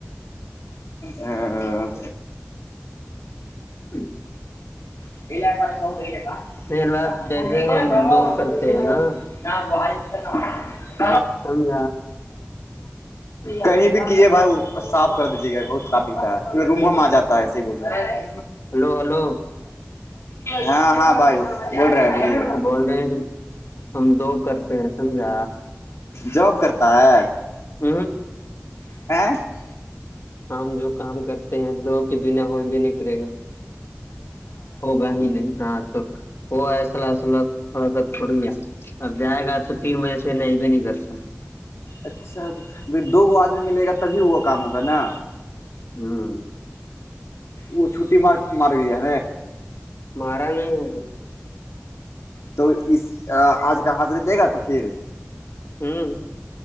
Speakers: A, on the left; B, on the left.
A: ا
B: <inaudible>
A: پار
B: میری بات
A: جاں
B: جیسے ہم دو کرتے ہیں نا
A: باہائی
B: سمجھ
A: کہیں بھی کیجیے بھائی صاف کر دیجیے گا بہت صاف دکھتا ہے کیکہ روم میں آ جاتا ہے صحی بولتا ہے
B: ہلو ہلو
A: ہاں ہاں بھائی بول رہے بولیے
B: بول رہے ہیں کہ ہم دو کرتے ہیں سمجھا
A: جاب کرتا ہے
B: ہوں ہ
A: <inaudible>
B: ہم جو کام کرتے ہیں دو کے بنا ہوئی بھی نہیں کرے گا ہوگا ہی نہیں ہاں تو وہ ایسل ایسلہ تھوڑا بہت پٹ گیا اب جائے گا تو تین بجے سے نہیں نہیں کر سا
A: اچھا تو بائی دو آدمی ملے گا تبھی وہ کام ہوگا نا
B: ہاں
A: وہ چھٹٹی مار مار کے دیا
B: مارا نہیں ابھی
A: تو اس آج کا حاضری دے گا تو پھر
B: ہوں